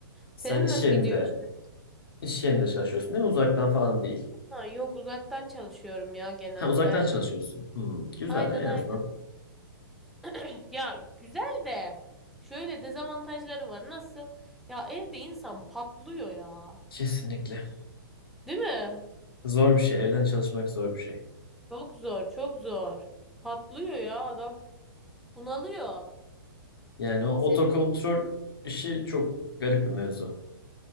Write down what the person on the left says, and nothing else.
Sen
iş
yerinde,
iş yerinde çalışıyorsun değil mi? Uzaktan falan değil.
Ha, uzaktan çalışıyorsun. Hmm, güzel
en
azından.
Kesinlikle.
Zor bir şey. Evden çalışmak zor bir şey.
Yani o
otokontrol işi çok garip bir mevzu.